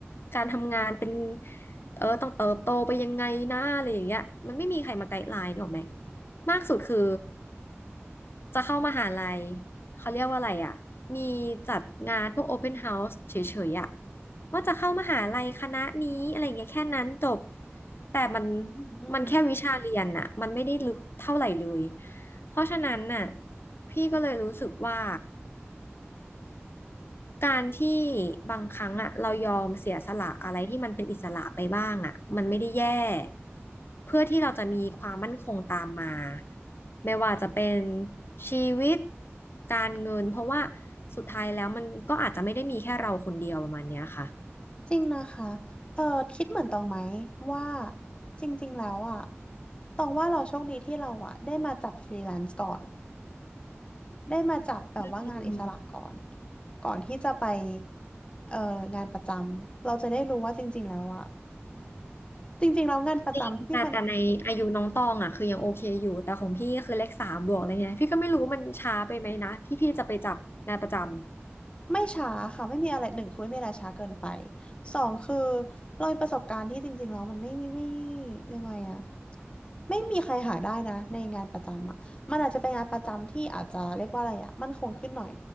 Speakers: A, on the left (about 55°); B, on the left (about 25°).
A: การทำงานเป็นเออต้องเติบโตไปยังไงนะอะไรอย่างเงี้ยมันไม่มีใครมาไกด์ไลน์หรอกไหม มากสุดคือจะเข้ามหาลัยเขาเรียกว่าอะไรอ่ะมีจัดงานพวก Open House เฉยๆอ่ะว่าจะเข้ามหาลัยคณะนี้อะไรเงี้ยแค่นั้นจบแต่มัน
B: อืม
A: มันแค่วิชาเรียนน่ะมันไม่ได้ลึกเท่าไหร่เลยเพราะฉะนั้นน่ะพี่ก็เลยรู้สึกว่า การที่บางครั้งอ่ะเรายอมเสียสละอะไรที่มันเป็นอิสระไปบ้างอ่ะมันไม่ได้แย่เพื่อที่เราจะมีความมั่นคงตามมาไม่ว่าจะเป็นชีวิตการเงินเพราะว่าสุดท้ายแล้วมันก็อาจจะไม่ได้มีแค่เราคนเดียวประมาณเนี้ยค่ะ
B: จริงนะคะเออคิดเหมือนตองไหมว่าจริงๆแล้วอ่ะตองว่าเราโชคดีที่เราอ่ะได้มาจับฟรีแลนซ์ก่อนได้มาจับแบบว่างานอิสระก่อน
A: อืม
B: ก่อนที่จะไปเอ่องานประจำเราจะได้รู้ว่าจริงๆแล้วอ่ะจริงๆแล้วงานประจำที่มัน
A: จริงแต่แต่ในอายุน้องตองอ่ะคือยังโอเคอยู่แต่ของพี่ก็คือเลขสามบวกอะไรเงี้ยพี่ก็ไม่รู้ว่ามันช้าไปไหมนะที่พี่จะไปจับงานประจำ
B: ไม่ช้าค่ะไม่มีอะไรหนึ่งคือไม่มีอะไรช้าเกินไปสองคือเรามีประสบการณ์ที่จริงๆแล้วมันไม่มีไม่ยังไงอะไม่มีใครหาได้นะในงานประจำอะมันอาจจะเป็นงานประจำที่อาจจะเรียกว่าอะไรอะมั่นคงขึ้นหน่อย